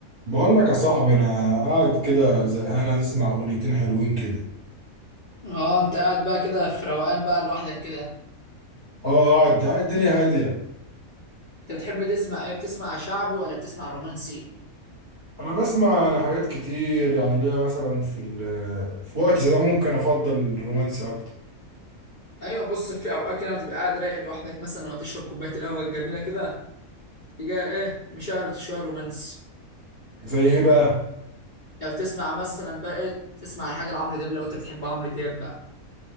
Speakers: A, on the right; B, on the left.
A: بقول لك يا صاحبي انا قاعد كده زهقان عايز اسمع اغنيتين حلوين كده
B: اه انت قاعد بقى كده في روقان بقى لوحدك كده
A: اه قاعد قاعد الدنيا هاديه
B: انت بتحب تسمع ايه بتسمع شعبي ولا بتسمع رومانسي
A: انا بسمع يعني حاجات كتير يعني ليا مثلا في ال في وقت زي ده ممكن افضل الرومانسي اكتر
B: ايوه بص في اوقات كده لما تبقى قاعد رايق لوحدك مثلا وتشرب كوبايه القهوه الجميله كده تيجي ايه مشغل شويه رومانسي
A: زي ايه بقى
B: لو تسمع مثلا بقى إيه، تسمع حاجه لعمرو دياب لو انت بتحب عمرو دياب بقى